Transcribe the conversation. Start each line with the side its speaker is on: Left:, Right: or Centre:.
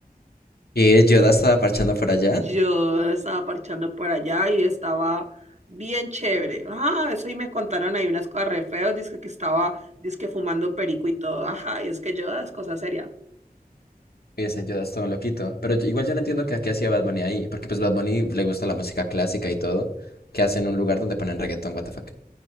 Left: ¿Y Yoda estaba parchando por allá?
Right: Yo estaba parchando por allá y estaba bien chévere. Ah, eso y me contaron ahí unas cosas re feas. Dice que estaba, dice fumando perico y todo. Ajá, y es que Yoda es cosa seria.
Left: Ese Yoda es todo un loquito. Pero yo- igual yo no entiendo
Right: Sí.
Left: que, qué hacía Bad Bunny ahí, porque pues Bad Bunny le gusta la música clásica y todo, que hace en un lugar donde ponen reggaetón, what the fuck.